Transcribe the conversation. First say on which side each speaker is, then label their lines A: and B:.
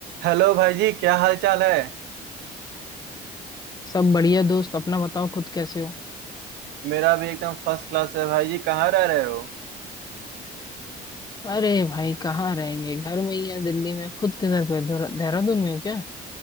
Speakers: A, on the right; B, on the left.
A: Hello भाई जी क्या हाल चाल है
B: सब बढ़िया दोस्त अपना बताओ खुद कैसे हो
A: मेरा भी एकदम फर्स्ट क्लास है भाई जी कहाँ रह रहे हो
B: अरे भाई कहाँ रहेंगे घर में ही है दिल्ली में खुद किधर पे देहरा- देहरादून में हो क्या